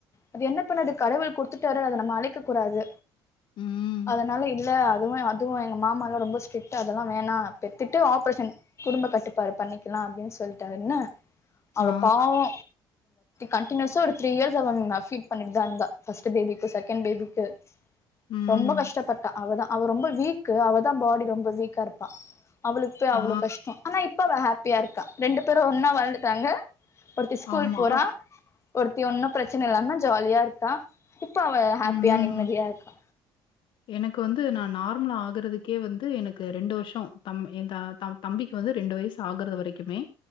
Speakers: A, on the left (about 30°); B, on the left (about 65°).
A: அது என்ன பண்ணடு கடவுள் குடுத்துட்டாரு அத நம்ம அழிக்க கூடாது
B: ம்.
A: அதனால இல்ல அதுவு அதுவும் எங்க மாமா எல்லாம் ரொம்ப ஸ்டிரிக்ட்டு அதெல்லா வேணா பெத்துட்டு ஆப்ரேஷன் குடும்ப கட்டுப்பாடு பண்ணிக்கலா அப்படின்னு சொல்லிட்டாருன்னு அவ
B: ஆ.
A: பாவோ கண்டினியூஸ்ஸா ஒரு த்ரீ இயர்ஸா அவபீட் பண்ணிட்டு தான் இருந்தா ஃபர்ஸ்ட் பேபிக்கு செகண்ட் பேபிக்கு
B: ம்.
A: ரொம்ப கஷ்டப்பட்டா அவதா அவ ரொம்ப வீக்கு அவதா பாடி ரொம்ப வீக்கா இருப்பா அவளுக்கு போய் அவ்ளோ
B: ஆ.
A: கஷ்டம் ஆனா இப் ப ஹாப்பியா இருக்கா ரெண்டு பேரும் ஒன்னா வளந்துட்டாங்க ஒருத்தி ஸ்கூல்
B: ஆமா.
A: போறா ஒருத்தி ஒன்னும் பிரச்சனை இல்லாம ஜாலியா இருக்கா இப்ப அவ ஹாப்பியா
B: ம்.
A: நிம்மதியா இருக்கா
B: எனக்கு வந்து நான் நார்மல ஆகுறதுக்கே வந்து எனக்கு ரெண்டு வருஷம் தம் என் தா தம் தம்பிக்கு வந்து ரெ ண்டு வயசு ஆகறது வரைக்குமே